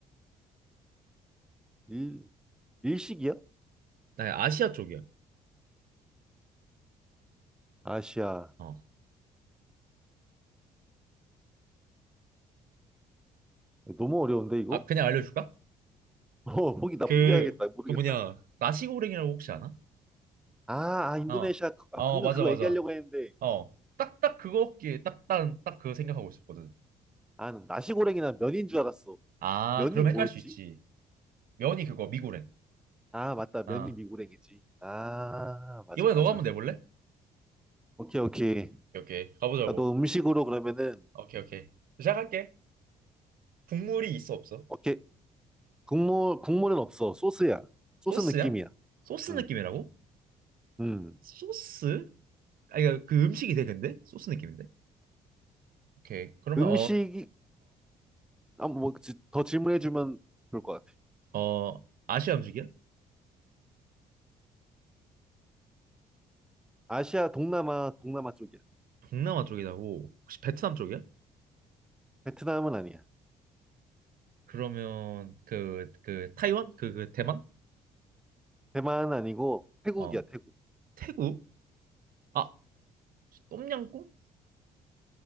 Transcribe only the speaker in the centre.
일, 일식이야?
아시아.
너무 어려운데, 이거?
<laughs> 어, 포기, 나
포기해야겠다. 모르겠다.
아, 아, 인도네시아.
그- 아,
방금
그거
얘기하려고 했는데.
아, 난 나시고랭이나 면인 줄 알았어.
면이
뭐였지?
아, 맞다. 면이
미고랭이지. 아, 맞아,
맞아.
오케이, 오케이.
나도 음식으로 그러면은,
오케이. 국물, 국물은 없어. 소스야. 소스
느낌이야.
음,
음.
음식이, 아, 뭐, 그, 지- 더 질문해주면 좋을 것 같아.
아시아, 동남아, 동남아 쪽이야.
베트남은 아니야.
대만은 아니고, 태국이야,
태국.